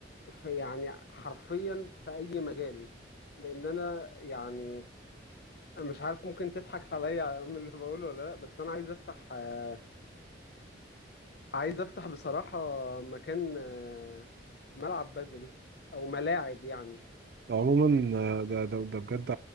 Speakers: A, on the left (about 55°); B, on the right (about 55°).
A: في يعني حرفيا في اي مجال لان انا يعني مش عارف ممكن تضحك عليا <laughs> من اللي بقوله ولا لا بس انا عايز افتح آه، عايز افتح بصراحة مكان آه، ملعب بدل او ملاعب يعني
B: عموما آه، ده ده ده بجد